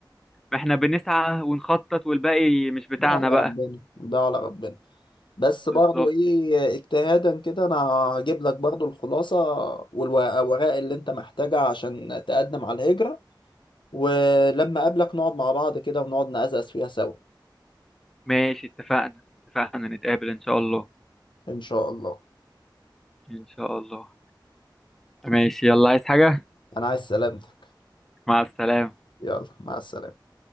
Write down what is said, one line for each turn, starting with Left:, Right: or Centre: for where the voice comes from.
Centre: ما احنا بنسعى ونخطط والباقي مش بتاعنا
Left: ده على
Centre: بقى
Left: ربنا ده على ربنا بس برضو
Centre: بالظبط
Left: ايه آه، اجتهادا كده انا هجيب لك برضو الخلاصه والورق اللي انت محتاجها عشان تقدم على الهجره ولما اقابلك نقعد مع بعض كده ونقعد نقزقز فيها سوا
Centre: ماشي اتفقنا اتفقنا نتقابل ان شاء الله
Left: ان شاء الله
Centre: ان شاء الله ماشي يلا عايز حاجة
Left: انا عايز سلامتك
Centre: مع السلامة
Left: يلا مع السلامه